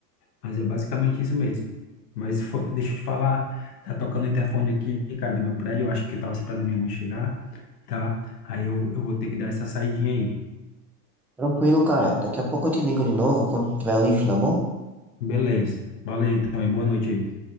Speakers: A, on the left; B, in the centre.
A: Mas é basicamente isso mesmo. Mas foi, deixa eu te falar, tá tocando o interfone aqui, cara, do meu prédio. Eu acho que tava esperando a minha mãe chegar, tá? Aí eu, eu vou ter que dar essa saidinha aí.
B: Tranquilo, cara. Daqui a pouco eu te ligo de novo quando tiver livre, tá bom?
A: Beleza. Valeu então e boa noite aí.